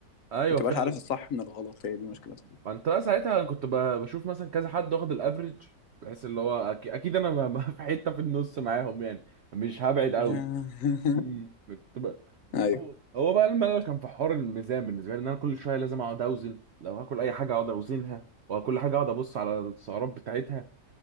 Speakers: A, on the right; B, on the left.
A: ايوه
B: ما تبقاش
A: فعلا
B: عارف الصح من الغلط هي دي مشكلتها
A: ما انت بقى ساعتها انا كنت ب- بشوف مثلا كذا حد واخد الافريج بحيث اللي هو أكي- اكيد انا ب- ب- في حته في النص معاهم يعني مش هبعد قوي
B: <laughs>
A: امم كنت بقى
B: ايوه
A: هو هو بقى الملل كان في حوار الميزان بالنسبه لي ان انا كل شويه لازم اقعد اوزن لو هاكل اي حاجه اقعد اوزنها وكل حاجه اقعد ابص على السعرات بتاعتها